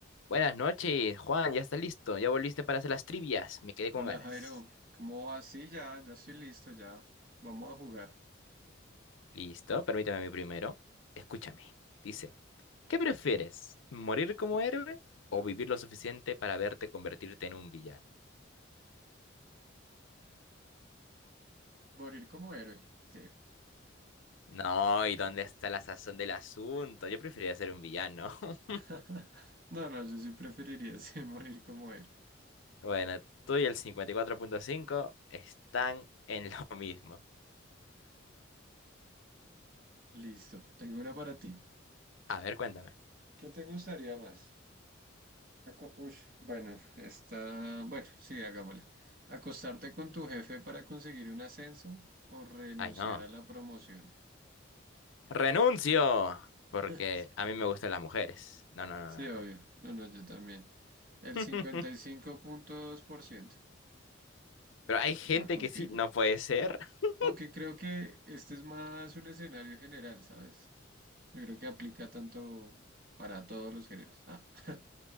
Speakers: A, on the left (about 75°); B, on the right (about 45°).
A: Buenas noches, Juan, ya estás listo, ya volviste para hacer las trivias, me quedé
B: Hola
A: con ganas.
B: Jairo, ¿cómo vas? Sí, ya, ya estoy listo, ya. Vamos a jugar.
A: Listo, permítame a mí primero. Escúchame, dice, ¿qué prefieres? ¿Morir como héroe o vivir lo suficiente para verte convertirte en un villano?
B: Morir como héroe. Sí.
A: No, ¿y dónde está la sazón del asunto? Yo preferiría ser un villano. <laughs>
B: <laughs> No, no, yo sí preferiría <laughs> sí, morir como héroe.
A: Bueno, tú y el cincuenta y cuatro punto cinco están en lo mismo.
B: Listo, tengo una para ti.
A: A ver, cuéntame.
B: ¿Qué te gustaría más? Aco- Ush, bueno, está... Bueno, sí, hagámosla. ¿Acostarte con tu jefe para conseguir un ascenso o renunciar
A: Ay, no.
B: a la promoción?
A: Renuncio, porque
B: <laughs>
A: a mí me gustan las mujeres. No, no, no,
B: Sí,
A: no.
B: obvio.
A: no.
B: No, no, yo también. El
A: <laughs>
B: cincuenta y cinco punto dos por ciento
A: Pero hay gente
B: va contigo.
A: que sí, no puede ser. <laughs>
B: Aunque creo que este es más un escenario general, ¿sabes? Yo creo que aplica tanto para todos los géneros. Ah, <laughs>